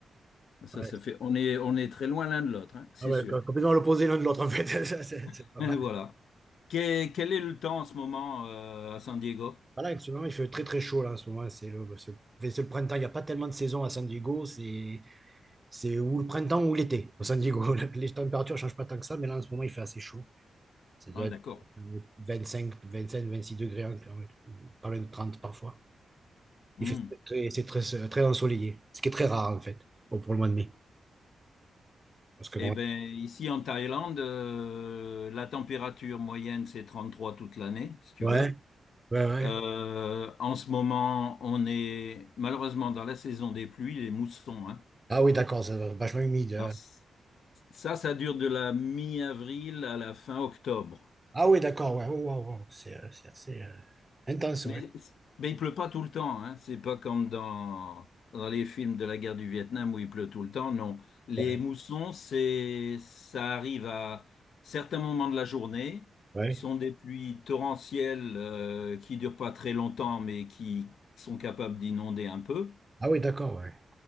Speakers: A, on the left; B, on the right.
A: ça,
B: Ouais.
A: ça fait. On est, on est très loin l'un de l'autre, hein, c'est
B: Ah ouais,
A: sûr.
B: co- complètement l'opposé l'un de l'autre, en fait. <laughs> Ça, C'est c'est
A: <laughs>
B: pas
A: Voilà.
B: mal.
A: Que- Quel, est le temps en ce moment euh, à San Diego?
B: Voilà, en ce moment, il fait très, très chaud, là, en ce moment. C'est le, c'est- enfin, c'est le printemps. Il n'y a pas tellement de saison à San Diego. C'est c'est ou le printemps ou l'été, au San Diego. <laughs> Les températures ne changent pas tant que ça, mais là, en ce moment, il fait assez chaud. Ça doit
A: Ah, d'accord.
B: être euh, 25, 25, 26 degrés, hein, quand même. pas loin de 30 parfois.
A: Hmm.
B: Il fait très, c'est très, très ensoleillé, ce qui est très rare, en fait, pour le mois de mai. Parce que,
A: Eh
B: bon,
A: bien, ici en Thaïlande, euh, la température moyenne, c'est 33 toute l'année, si tu
B: ouais.
A: veux.
B: Ouais, ouais.
A: Euh, en ce moment, on est malheureusement dans la saison des pluies, les moussons, hein.
B: Ah oui, d'accord, ça va vachement humide. euh.
A: Alors, Ça, ça dure de la mi-avril à la fin octobre.
B: Ah oui, d'accord, ouais, ouais, ouais, ouais. C'est euh, c'est assez euh, intense,
A: Mais,
B: ouais.
A: mais il pleut pas tout le temps, hein. C'est pas comme dans, dans les films de la guerre du Vietnam où il pleut tout le temps, non. Les
B: Ouais,
A: moussons, c'est, ça arrive à certains moments de la journée.
B: ouais.
A: Ce sont des pluies torrentielles euh, qui durent pas très longtemps, mais qui sont capables d'inonder un peu.
B: Ah oui, d'accord, ouais.